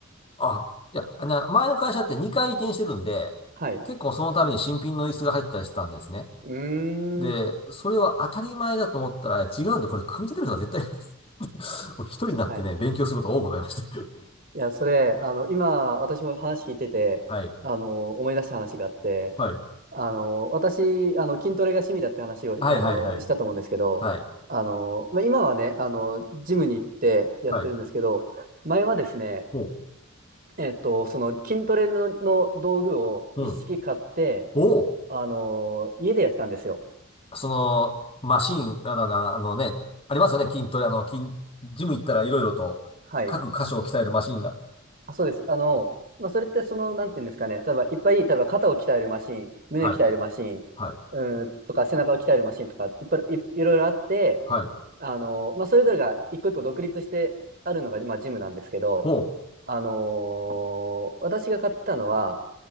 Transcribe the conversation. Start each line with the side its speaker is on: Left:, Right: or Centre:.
Left: あ、いや、あの前の会社って2回移転してるんで、
Right: はい。う
Left: 結構そのために新品の椅子が入ったりしてたんですね。
Right: ー
Left: で、
Right: ん。
Left: それは当たり前だと思ったら違うんで、これ組み立てる人は絶対いない、<laughs> これ一人になってね、
Right: はい。
Left: 勉強することが多くございまして。<laughs>
Right: いや、それ、あの、今、私も話聞いてて、
Left: はい。
Right: あの、思い出した話があって、
Left: はい。
Right: あの、私、あの、筋トレが趣味だって話を、
Left: はいはいはい。
Right: あの、したと思うんですけど、
Left: はい。
Right: あの、まあ、今はね、あの、ジムに行ってやってるんですけど、
Left: はい。
Right: 前はですね、
Left: ほう
Right: えっと、その筋トレの、の道具を一式買って、
Left: うん。おう。
Right: あの、家でやってたんですよ。
Left: その、マシン、あの、あのね、ありますよね、筋トレ、あの、筋、ジム行ったらいろいろと、
Right: はい。
Left: 各箇所を鍛えるマシンが。
Right: あ、そうです。あの、
Left: え
Right: まあ、それってその、なんていうんですかね、例えばいっぱい、例えば肩を鍛えるマシン、胸を鍛えるマシン、
Left: はい。はい。
Right: うーん、とか背中を鍛えるマシンとか、いっぱいい、いろいろあって、
Left: はい。
Right: あの、まあ、それぞれが一個一個独立してあるのが、まあ、ジムなんですけど、
Left: ほ
Right: あのー私が買ってたのは、